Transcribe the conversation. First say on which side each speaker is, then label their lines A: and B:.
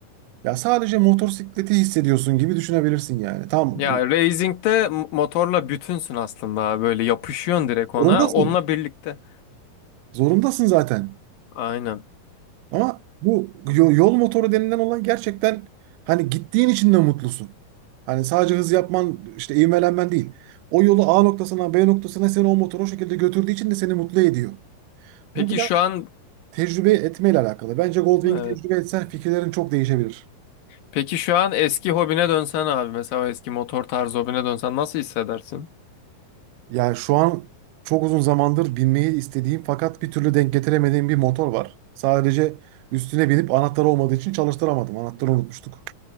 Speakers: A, on the right; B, on the left.
A: Ya sadece motosikleti hissediyorsun gibi düşünebilirsin yani. tam
B: Ya
A: bir-
B: racing'de m- motorla bütünsün aslında böyle yapışıyorsun direkt ona
A: zorundasın.
B: onunla birlikte.
A: Zorundasın zaten.
B: Aynen.
A: Ama bu yo- yol motoru denilen olan gerçekten hani gittiğin için de mutlusun. Hani sadece hız yapman, işte ivmelenmen değil. O yolu A noktasına, B noktasına seni o motor o şekilde götürdüğü için de seni mutlu ediyor.
B: Peki
A: Bu biraz
B: şu an
A: Tecrübe etmeyle alakalı. Bence Goldwing'i
B: evet.
A: tecrübe etsen fikirlerin çok değişebilir.
B: Peki şu an eski hobine dönsen abi mesela eski motor tarzı hobine dönsen nasıl hissedersin?
A: Yani şu an çok uzun zamandır binmeyi istediğim fakat bir türlü denk getiremediğim bir motor var. Sadece üstüne binip anahtarı olmadığı için çalıştıramadım. Anahtarı unutmuştuk.